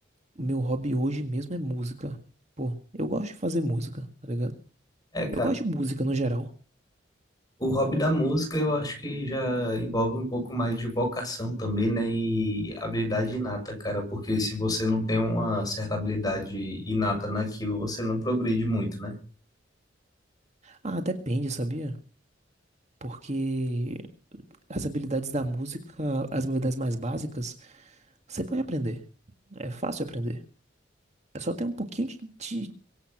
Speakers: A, on the right; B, on the left.
A: o meu hobby hoje mesmo é música, pô, eu gosto de fazer música, tá ligado?
B: É, cara.
A: Eu gosto de música no geral,
B: O hobby da música
A: E-
B: eu acho que já envolve um pouco mais de vocação também, né? E habilidade inata, cara, porque se você não tem uma certa habilidade inata naquilo, você não progride muito, né?
A: ah, depende, sabia? Porque As habilidades da música, as habilidades mais básicas, você pode aprender. É fácil aprender. É só ter um pouquinho de, de